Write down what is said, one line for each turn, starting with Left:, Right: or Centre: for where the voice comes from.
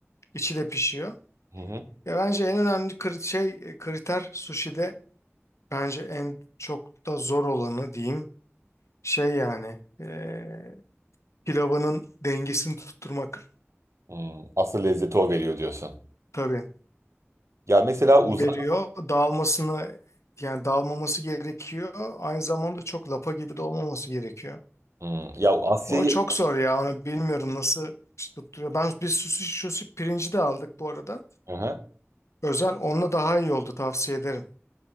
Left: içi de pişiyor.
Right: Hı hı.
Left: Ya bence en önemli kri- şey e, kriter sushi'de bence en çok da zor olanı diyeyim şey yani e, pilavının dengesini tutturmak
Right: Hmm, asıl lezzeti o veriyor diyorsun.
Left: tabii.
Right: Ya mesela uzak
Left: O veriyor. Dağılmasını yani dağılmaması gerekiyor. Aynı zamanda çok lapa gibi de olmaması gerekiyor.
Right: Hmm, ya Asya'yı
Left: O çok zor ya. Onu bilmiyorum nasıl tutturuyor. Ben bir sushi sushi pirinci de aldık bu arada.
Right: Hı hı.
Left: Özel onunla daha iyi oldu tavsiye ederim.